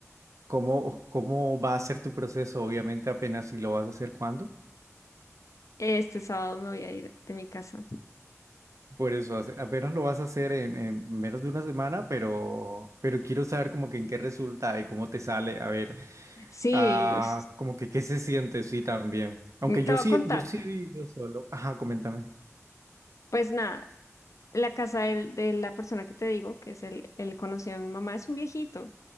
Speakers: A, on the right; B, on the left.
A: cómo, cómo va a ser tu proceso, obviamente apenas si lo vas a hacer cuándo.
B: Este sábado me voy a ir de mi casa.
A: Por eso, hace- apenas lo vas a hacer en, en menos de una semana, pero, pero quiero saber como que en qué resulta y cómo te sale, a ver,
B: Sí,
A: ah,
B: <laughs>
A: como que qué se siente, sí, también. Aunque
B: te
A: yo
B: voy
A: sí,
B: a contar.
A: yo sí he vivido solo. Ajá, coméntame.
B: Pues nada, la casa del- de la persona que te digo, que es el, el conocido de mi mamá, es un viejito